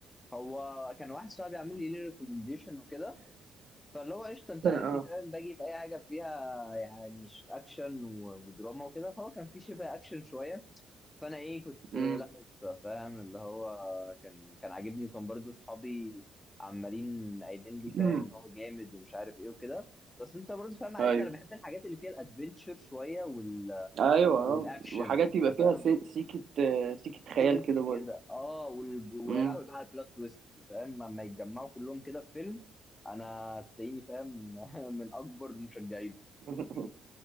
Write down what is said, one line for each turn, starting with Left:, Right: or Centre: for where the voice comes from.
Left: هو كان واحد صاحبي عامل لي ليه ريكومنديشن وكده فاللي هو قشطه انت
Right: اه
Left: عارفني فاهم باجي في اي حاجه فيها يعني ش- اكشن و- ودراما وكده فهو كان في شبه اكشن شويه فانا ايه كنت
Right: امم
Left: آه، لا قشطه فاهم اللي هو كان كان عاجبني وكان برضو صحابي عمالين قايلين لي
Right: <clears throat>
Left: فاهم ان هو جامد ومش عارف ايه وكده بس انت برضو فاهم عارفني
Right: ايوه
Left: انا بحب الحاجات اللي فيها الادفنتشر شويه وال...
Right: ايوه آه.
Left: والاكشن
Right: وحاجات
Left: يعني
Right: يبقى
Left: فاهم
Right: فيها سي- سيكة آه، سيكة خيال
Left: سنس
Right: كده
Left: كده
Right: برضه
Left: اه وال... ويا
Right: مم.
Left: لهوي بقى على البلوت تويست فاهم لما يتجمعوا كلهم كده في فيلم انا تلاقيني فاهم <laughs> من اكبر مشجعينه
Right: <laughs>